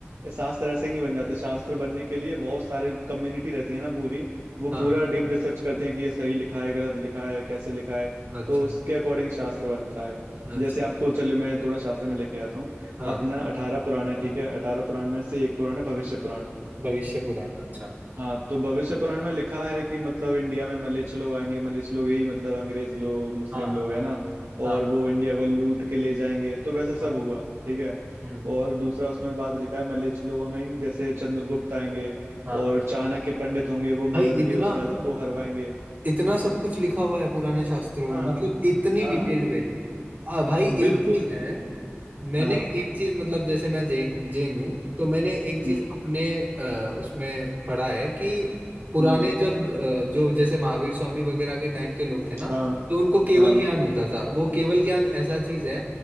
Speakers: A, on the right; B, on the right.
A: शास्त्र ऐसे ही नहीं बन जाते शास्त्र बनने के लिए बहुत सारे कम्युनिटी रहती है ना पूरी वो
B: हाँ
A: पूरा डीप रिसर्च करते हैं कि ये सही लिखा है गलत लिखा है कैसे लिखा है
B: अच्छा
A: तो उसके अकॉर्डिंग शास्त्र बनता है
B: अच्छा
A: जैसे आपको चलो मैं थोड़ा शास्त्र में लेके जाता हूँ
B: हाँ
A: अपना अठारह पुराण है ठीक है अठारह पुराण में से एक पुराण है भविष्य पुराण
B: भविष्य पुराण अच्छा
A: हाँ तो भविष्य पुराण में लिखा है कि मतलब इंडिया में मलेच्छ लोग आएंगे मलेच्छ लोग यही मतलब अंग्रेज लोग मुस्लिम
B: हाँ
A: लोग
B: हाँ
A: है ना
B: हाँ,
A: और वो इंडिया को लूट के ले जाएंगे तो वैसा सब
B: हाँ
A: हुआ ठीक है
B: हम्म
A: और दूसरा उसमें बात लिखा है मलेच्छ लोगों में ही जैसे चंद्रगुप्त आएंगे
B: हाँ
A: और चाणक्य पंडित होंगे वो
B: भाई
A: मगध
B: इतना
A: के उस राजा को हरवाएंगे
B: इतना सब कुछ लिखा हुआ है पुराने शास्त्रों में
A: हाँ
B: मतलब इतनी
A: हाँ
B: डिटेल में आ भाई
A: बिल्कुल
B: एक चीज है मैंने
A: हाँ
B: एक चीज मतलब जैसे मैं जैन जैन हूँ तो मैंने एक चीज
A: हम्म
B: अपने अ, उसमें पढ़ा है कि पुराने
A: हम्म
B: जब अ, जो जैसे महावीर स्वामी वगैरह के टाइम के लोग थे ना
A: हाँ
B: तो उनको केवल
A: हाँ
B: ज्ञान होता था वो केवल ज्ञान ऐसा चीज है